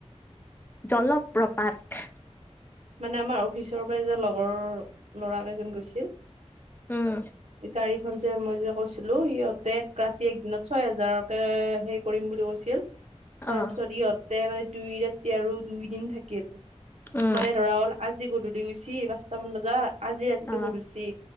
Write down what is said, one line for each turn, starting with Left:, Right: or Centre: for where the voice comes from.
Left: জলপ প্ৰপাত।
Right: মানে আমাৰ অ- পিছৰ পৰা যে লগৰ ল'ৰা কেইজন গৈছিল
Left: উম
Right: গাড়ী এখন যে মই যে কৈছিলো সিহঁত ট্ৰেক ৰ্কাতি এক দিনত ছয় হেজাৰকে হেৰি কৰিম বুলি কৈছিল, তাৰ
Left: অ'
Right: পিছত ইহঁত তে মানে দুই ৰাতি আৰু দুই দিন থাকিল।
Left: উম
Right: মানে ধৰা হ'ল আজি গধূলি গৈছি পাঁচটামান বজাত আজি ৰাতিটো
Left: অ'
Right: ঘূৰছি।